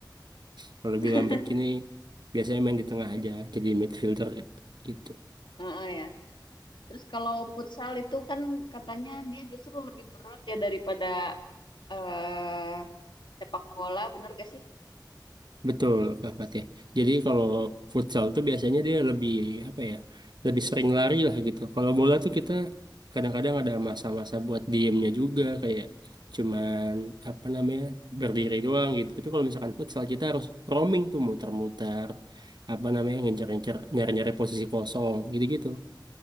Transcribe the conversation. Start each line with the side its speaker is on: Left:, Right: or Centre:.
Right: Kalau lebih
Left: <laughs>
Right: lambat gini biasanya main di tengah aja jadi midfielder gitu.
Left: Heeh ya. Terus kalau futsal itu kan katanya dia justru lebih berat ya daripada eh sepak bola, bener gak sih?
Right: Betul, Kak Fatih. Jadi kalau futsal tuh biasanya dia lebih apa ya, lebih sering lari lah gitu. Kalau bola tuh kita kadang-kadang ada masa-masa buat diemnya juga kayak cuman apa namanya berdiri doang gitu. Tapi kalau misalkan futsal kita harus roaming tuh muter-muter apa namanya ngejar-ngejar nyari-nyari posisi kosong gitu-gitu.